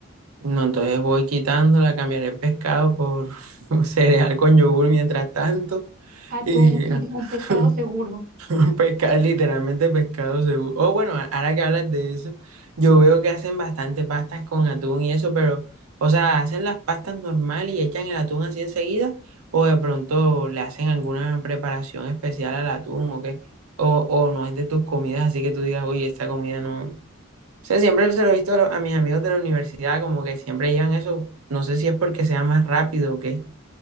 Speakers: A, on the right (about 80°); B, on the right (about 40°).
A: No, entonces voy quitándola, cambiaré el pescado por <laughs> cereal con yogur mientras tanto.
B: Atún,
A: Y, <laughs>
B: <laughs> un pescado
A: <laughs>
B: seguro.
A: Pesca, literalmente pescado seguro. Oh, bueno, a- ahora que hablas de eso, yo veo que hacen bastante pastas con atún y eso, pero, o sea, hacen las pastas normal y echan el atún así enseguida, o de pronto le hacen alguna preparación especial al atún o qué, o, o no es de tus comidas, así que tú digas, uy, esta comida no. O sea, siempre se lo he visto a, lo- a mis amigos de la universidad, como que siempre llevan eso, no sé si es porque sea más rápido o qué.